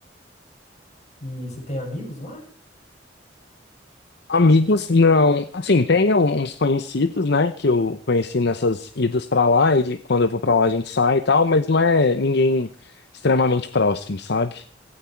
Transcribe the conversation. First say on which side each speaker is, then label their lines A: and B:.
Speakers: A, on the left; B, on the left.
A: E você tem amigos lá?
B: Amigos, não. Assim, tem uns conhecidos, né, que eu conheci nessas idas pra lá, e de- quando eu vou pra lá a gente sai e tal, mas não é ninguém extremamente próximo, sabe?